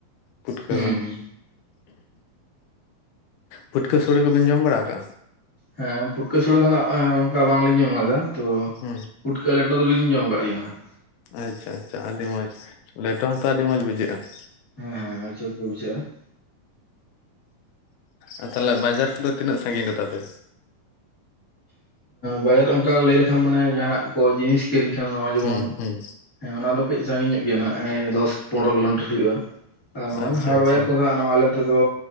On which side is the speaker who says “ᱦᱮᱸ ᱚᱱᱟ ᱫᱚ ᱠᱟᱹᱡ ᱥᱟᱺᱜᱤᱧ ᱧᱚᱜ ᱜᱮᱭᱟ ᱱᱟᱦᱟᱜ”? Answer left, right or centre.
Left